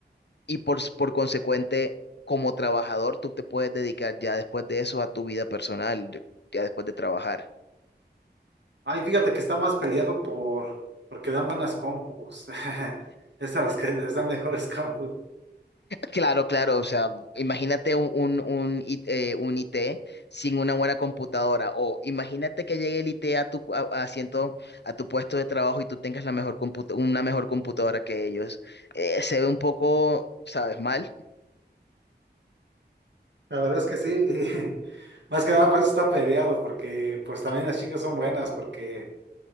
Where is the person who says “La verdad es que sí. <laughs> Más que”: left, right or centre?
Right